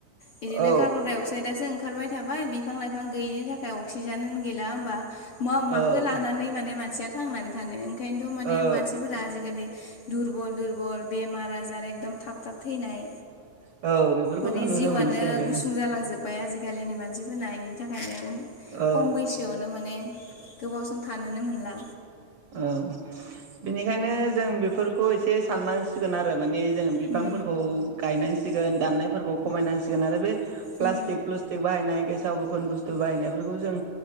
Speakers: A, on the left (about 65°); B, on the right (about 65°).
A: बिदिनो
B: औ
A: कार्बनडाय अक्साइदासो ओंखारबाय थाबाय बिफां लाइफां गैयिनि थाखाय अक्सिजेनानो गैला होनबा मा माखौ
B: औ
A: लानानै माने मानसिया थांनानै थानो ओंखायनोथ माने
B: औ
A: मानसिफोरा आजिखालि दुरबल दुरबल बेमार आजार एकदम थाब थाब थैनाय
B: औ बेफोरखौनो
A: माने
B: नुनो
A: जिउआनो
B: मोनसै आरो
A: गुसुं जालांजोब्बाय आजिखालिनि मानसिफोरना बेनि थाखायनो
B: औ
A: खम बैसोआवनो माने गोबाव सम थानोनो मोनला
B: औ बेनिखायनो जों बेफोरखौ एसे साननांसिगोन आरो माने जों बिफांफोरखौ
A: उम
B: गायनानै सिगोन दाननायफोरखौ खमायनांसिगोन आरो बे प्लाष्टिक
A: उम
B: प्लुष्टिक बाहायनाय गे गेसाव गोफोन बुस्थु बाहायनायफोरखौ जों